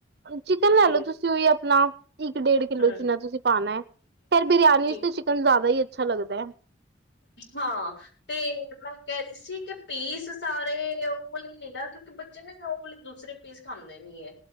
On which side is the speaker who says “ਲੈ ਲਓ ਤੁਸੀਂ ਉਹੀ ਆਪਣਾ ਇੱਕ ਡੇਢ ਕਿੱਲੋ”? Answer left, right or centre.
Right